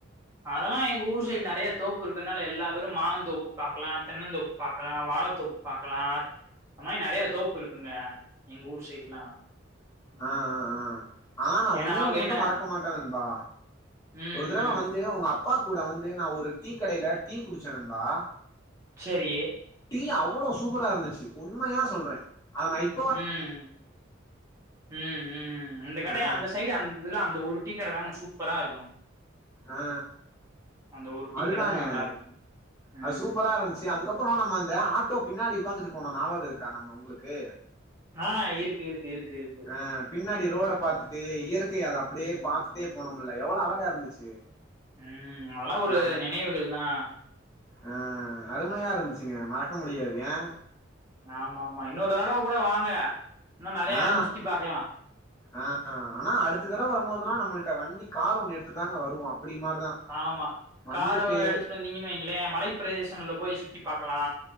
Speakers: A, on the right; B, on the left.
A: அதெல்லா எங்க ஊர் சைடு நறைய தோப்பு இருக்கனால எல்லாவெறும் மாந்தோப்பு பாக்லா தென்னந்தோப் பாக்லா வாழத்தோப்பு பாக்லா அந் மாரி நறைய தோப்பு இருக்குங்க எங்க ஊர் சைட்லா ம்
B: அ அ அ ஆனா நா
A: ஏன்னா
B: ஒன்னே
A: அவுங்க
B: ஒண்ணு மட்டு
A: என்ன
B: மறக்க மாட்ட நண்பா
A: ம்
B: ஒரு தடவ
A: ம்
B: வந்து உங்க அப்பா கூட வந்து நா ஒரு டீ கடைல டீ குடிச்ச நண்பா
A: செரி
B: டீ அவ்ளோ சூப்பரா இருந்துச்சு உண்மையா சொல்றே அத நா இப்
A: ம் ம் ம் அந்த கடய
B: ஆ
A: அந்த சைடு அந் இதுல அந்த ஒரு டீ கட தாங்க சூப்பரா இருக்கோ
B: ஆ
A: அந்த ஒரு டீ
B: அதுதாங்க
A: கடை தா நல்லா இருக்கு ம்
B: அது சூப்பரா இருந்ச் தே அதுக்கப்புறோ நம்ம இந்த ஆட்டோ பின்னாடி உக்காந்துட்டு போனோ நாவகோ இருக்கா நம்ம உங்குளுக்கு
A: ஆ இருக் இருக் இருக் இருக்
B: ஆ பின்னாடி ரோட பாத்துட்டு இயற்கய அத அப்டியே
A: ம்
B: பாத்துட்டே போனோமுல எவ்ளோ அழகா இருந்துச்சு
A: ம் அதுலா ஒரு
B: ஆ
A: நினைவுகள் தா
B: ஆ அருமையா இருந்ச்சுங்க மறக்க முடியாது ஏன்
A: ஆமா ஆமா இன்னொரு தடவ கூட வாங்க இன்னு நெறைய
B: ஆ
A: எடோ சுத்தி பாக்கலா
B: ஆ ஆ ஆனா அடுத்த தடவ வரும்போதுலா நம்மள்ட்ட வண்டி கார் ஒன்னு எடுத்துட் தாங்க வருவோ அப்டி மாரிதா
A: ஆமா
B: வந்துட்டு
A: காரவ எடுத்துட்டு வந்தீங்கன் வை ங்ளே மலைப் பிரதேசங்கள்ல போய் சுத்தி பாக்லா